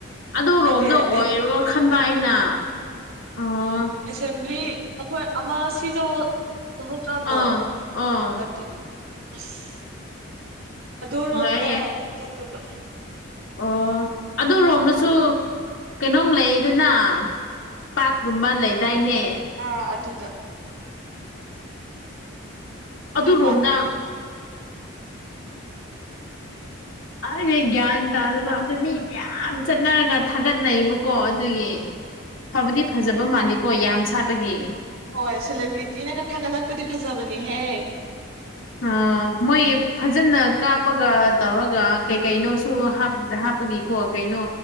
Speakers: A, on the left (about 75°); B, on the right (about 85°).
A: ꯑꯗꯨꯔꯣꯝꯗ
B: ꯅꯠꯇꯦ ꯅꯠꯇꯦ
A: ꯑꯣꯏꯔꯒ ꯈꯟꯕ ꯑꯩꯅ ꯑꯣ
B: ꯑꯦꯁꯦꯝꯕ꯭ꯂꯤ ꯑꯩꯈꯣꯏ ꯑꯃ ꯁꯤꯖꯧꯍꯆ꯭ꯔꯥꯟꯗꯣ
A: ꯑꯥ ꯑꯥ
B: ꯑꯗꯨ ꯑꯁ ꯑꯗꯨ ꯔꯣꯝꯗ
A: ꯌꯥꯏ ꯌꯥꯏ
B: ꯆꯠꯇꯣꯏꯕ
A: ꯑꯣ ꯑꯗꯨ
B: ꯍꯣꯁꯄꯤꯇꯥꯜ
A: ꯔꯣꯝꯅꯁꯨ
B: ꯔꯣꯝꯗ
A: ꯀꯩꯅꯣꯝ ꯂꯩꯗꯅ ꯄꯥꯀꯨꯝꯕ ꯂꯩꯗꯥꯏꯅꯦ
B: ꯑ ꯑꯗꯨꯗ ꯑꯗꯨꯏ
A: ꯑꯗꯨꯔꯣꯝꯗ
B: ꯄꯥꯠꯇꯨꯅꯦ
A: ꯑꯩꯁ ꯒ꯭ꯌꯥꯟ ꯇꯥꯗꯕ ꯑꯗ ꯃꯤ ꯃꯌꯥꯝ ꯆꯠꯅꯔꯒ ꯊꯥꯒꯠꯅꯩꯌꯦꯕꯀꯣ ꯀꯣ ꯑꯗꯨꯒꯤ ꯐꯕꯗꯤ ꯐꯖꯕ ꯃꯥꯜꯂꯤꯀꯣ ꯌꯥꯝ ꯁꯥꯠꯄꯒꯤ
B: ꯍꯣꯏ ꯁꯦꯂꯦꯕ꯭ꯔꯤꯇꯤꯅꯒ ꯊꯥꯒꯠꯂꯛꯄꯗꯤ ꯐꯖꯕꯅꯦꯍꯦ
A: ꯑ ꯃꯣꯏ ꯐꯖꯅ ꯀꯥꯞꯄꯒ ꯇꯧꯔꯒ ꯀꯩ ꯀꯩꯅꯣꯁꯨ ꯍꯥꯞꯄꯒꯤꯀꯣ ꯀꯩꯅꯣ